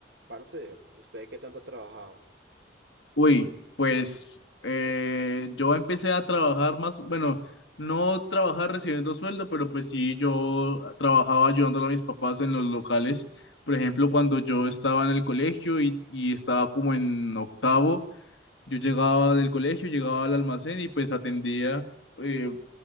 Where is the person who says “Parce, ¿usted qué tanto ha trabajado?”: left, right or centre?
Right